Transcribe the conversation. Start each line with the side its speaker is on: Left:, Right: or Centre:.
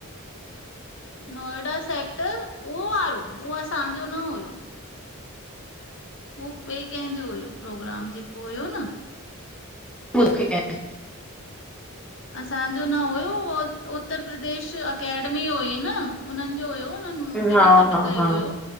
Left: नोएडा सेक्टर उहो वारो उहो असांजो न हुयो। उहो ॿिए कंहिंजो हुयो प्रोग्राम जेको हुयो न।
Centre: मुखे कें
Left: असांजो न हुयो हो उत्तर प्रदेश एकेडमी हुई न उननि जो हुयो। हुनन मूखे
Centre: हा
Left: बि सॾ
Centre: हा
Left: कयो
Centre: हा
Left: हुयो